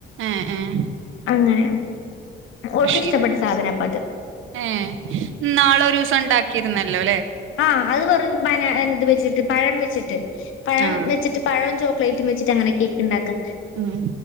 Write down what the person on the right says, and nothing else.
ആഹ് ആഹ്
ചെയ്ത്
ഏഹ് ഇന്നാള് ഒരു ദെവസം ഇണ്ടാക്കിയിരുന്നല്ലോ ഇല്ലേ
ആഹ്
ഉം